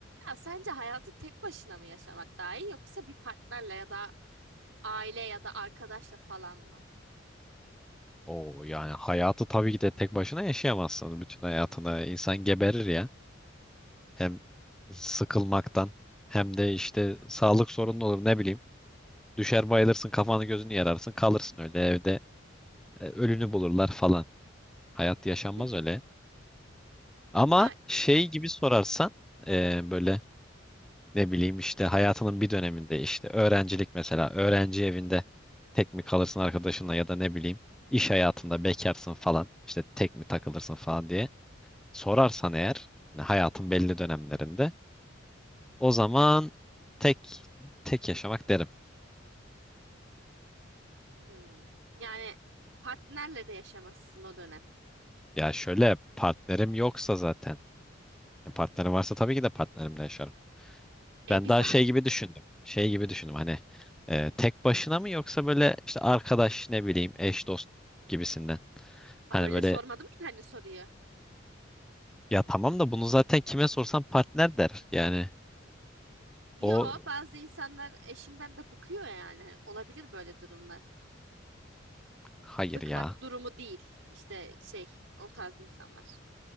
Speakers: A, on the right (about 75°); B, in the centre.
A: Ya sence hayatı tek başına mı yaşamak daha iyi yoksa bir partnerle ya da aile ya da arkadaşla falan mı?
B: Oo yani hayatı tabii ki de tek başına yaşayamazsın. Bütün hayatını insan geberir ya. Hem sıkılmaktan hem de işte sağlık sorunu olur ne bileyim. Düşer bayılırsın kafanı gözünü yararsın kalırsın öyle evde E, ölünü bulurlar falan. Hayat
A: <laughs>
B: yaşanmaz öyle. Ama
A: Ama
B: şey
A: ik-
B: gibi sorarsan e, böyle ne bileyim işte hayatının bir döneminde işte öğrencilik mesela öğrenci evinde tek mi kalırsın arkadaşınla ya da ne bileyim iş hayatında bekarsın falan işte tek mi takılırsın falan diye. sorarsan eğer yani hayatın belli dönemlerinde o zaman tek tek yaşamak derim.
A: Hmm. Yani partnerle de yaşamazsın o dönem.
B: Ya şöyle partnerim yoksa zaten yani partnerim varsa tabii ki de partnerimle yaşarım.
A: E
B: Ben
A: bir
B: daha
A: zahmet.
B: şey gibi düşündüm. Şey gibi düşündüm hani e, tek başına mı yoksa böyle işte arkadaş ne bileyim eş dost gibisinden.
A: Ama
B: Hani
A: öyle
B: böyle
A: sormadım ya hani soruyu.
B: ya tamam da bunu zaten kime sorsan partner der. Yani
A: Yo
B: o
A: bazı insanlar eşinden de bıkıyor yani. Hani olabilir böyle durumlar.
B: hayır
A: Bıkmak
B: ya.
A: durumu değil. İşte şey o tarz insanlar.